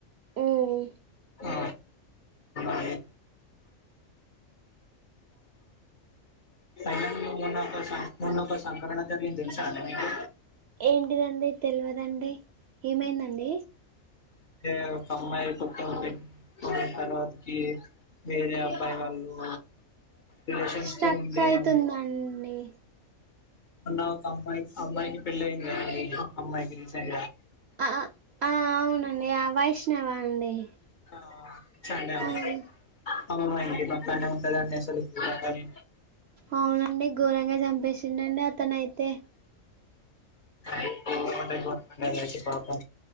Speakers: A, on the right; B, on the left.
A: ఉమ్
B: ఆ మరి ఐన నువ్ మొన్న ఒక సంఘటన జరిగింది తెలుసా అండి మీకు
A: ఏంటిదండి తెల్వదండి ఏమైందండి
B: అంటే ఒక అమ్మాయి తప్పిపోయింది మళ్ళీ తర్వాతకి వేరే అబ్బాయి వాళ్ళు రిలేషన్స్
A: స్ట్రక్
B: తో ఉండే
A: అయితుందండి
B: వాళ్ళు మొన్న ఒక అమ్మాక్ అబ్బాయికి పెళ్ళింది గద అండి అమ్మాయికి రీసెన్
A: అ అ ఆ అవునండి ఆ వైష్ణవ అండి
B: ఆ చండే అండి
A: అవును
B: ఆమె మా ఇంటి పక్కనే ఉంటదండి అసలు పోయిరావెలి
A: అవునండి ఘోరంగా చంపేసిండండి అతనయితే
B: ఆ గోరం అంటే గోరమండి అది అయితే పాపం